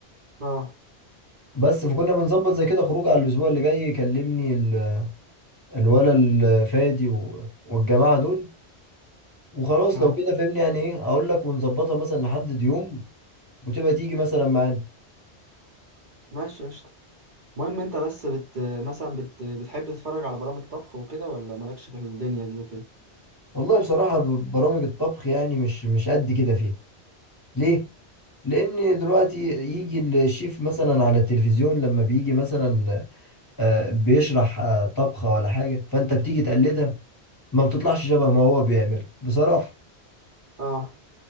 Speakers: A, on the right; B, on the left.
A: اه
B: بس فكنا بنظبط زي كده خروج على الاسبوع اللي جاي يكلمني ال- الولا الفادي و- والجماعه دول وخلاص
A: اه
B: لو كده فهمني يعني ايه اقول لك ونظبطها مثلا نحدد يوم وتبقى تيجي مثلا معانا
A: ماشي قشطة المهم انت بس بت مثلا بت... بتحب تتفرج على برامج طبخ وكده ولا مالكش في الدنيا دي وكده
B: والله بصراحه ب- برامج الطبخ يعني مش مش قد كده فيها ليه لان دلوقتي يجي الشيف مثلا على التلفزيون لما بيجي مثلا آه، بيشرح آه، طبخه ولا حاجه فانت بتيجي تقلدها ما بتطلعش شبه ما هو بيعمل بصراحه
A: اه